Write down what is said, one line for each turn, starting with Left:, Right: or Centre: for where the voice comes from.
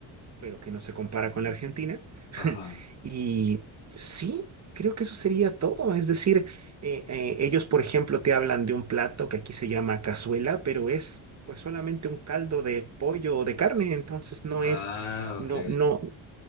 Right: pero que no se compara con la Argentina. <laughs>
Left: ajá.
Right: Y sí, creo que eso sería todo. Es decir, eh, eh, ellos, por ejemplo, te hablan de un plato que aquí se llama cazuela, pero es pues solamente un caldo de pollo o de carne. Entonces no
Left: Ah,
Right: es, no,
Left: ok.
Right: no.